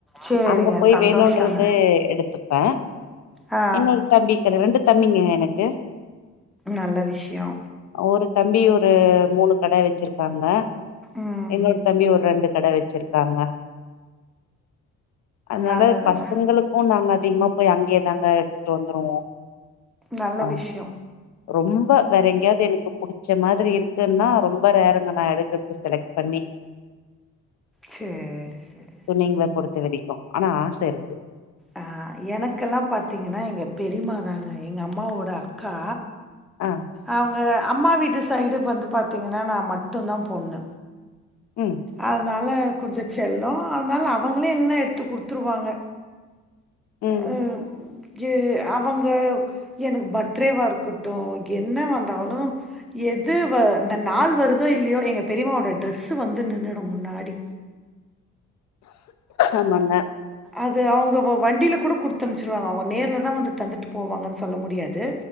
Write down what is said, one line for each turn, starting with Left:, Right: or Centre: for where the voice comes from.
Centre: சேரிங்க
Left: அங்க போய்
Centre: சந்தோஷங்க
Left: வேணும்ன்றது எடுத்துப்பே
Centre: ஆ
Left: இன்னொரு தம்பி கடை ரெண்டு தம்பிங்க எனக்கு
Centre: நல்ல விஷயோ
Left: ஒரு தம்பி ஒரு மூணு கட வச்சிருக்க காங்க
Centre: ம்
Left: என்னோட தம்பி ஒரு ரெண்டு கடை வச்சு இருக்காங்க அதனால
Centre: நல்லதுங்க
Left: பசங்களுக்கு நாங்க அதிகமா போய் அங்கேயேதாங்க எடுத்துட்டு வந்துருவோம்
Centre: நல்ல
Left: ஆ
Centre: விஷயோ
Left: ரொம்ப வேற எங்கேயாவது எனக்கு புடிச்ச மாதிரி இருக்குன்னா ரொம்ப ரெர் நா எடுக்க எடுத்து செலக்ட் பண்ணி
Centre: சேரி சேரி
Left: துணிங்கள பொறுத்த வரைக்கு ஆனா ஆச இருக்கு
Centre: ஆ எனக்கெல்லா பாத் பாத்தீங்கன்னா எங்க பெரிமாதாங்க எங்க அம்மாவோட அக்கா
Left: ஆ
Centre: அவங்க அம்மா வீட்டு சைடு வந்து பாத்தீங்கன்னா நா மட்டும் தா பொண்ணு
Left: ம்
Centre: ஆ அதனால கொஞ்ச செல்லம் அதனால அவங்களே எல்லா எடுத்து த்து குடுத்துருவாங்க
Left: ம்
Centre: ஆ இ அவங்க எனக்கு பர்த்டேவா இருக்கட்டும் என்ன வந்தாலும் எது வ இந்த நாள் வருதோ இல்லையோ எங்கள் பெரிமாவோட ட்ரெஸ் வந்து நின்னுடும் முன்னாடி
Left: ஆமாங்க
Centre: அது அவங்க வண்டியில கூட குடுத்து அம்ச்சிருவாங்க அவங்க நேர்ல்லதா வந்து தந்துட்டு போவாங்கன்னு சொல்ல முடியாது